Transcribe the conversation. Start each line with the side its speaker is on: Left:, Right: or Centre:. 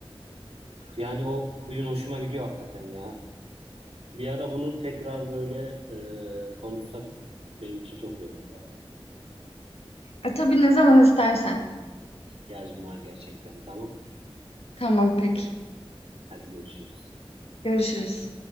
Right: Yani o huyun hoşuma gidiyor hakikaten ya. Bir ara bunu tekrar böyle e, konuşsak benim için çok iyi olur bu arada.
Left: E, tabii ne zaman istersen.
Right: İhtiyacım var gerçekten. Tamam.
Left: Tamam, peki.
Right: Hadi görüşürüz.
Left: Görüşürüz.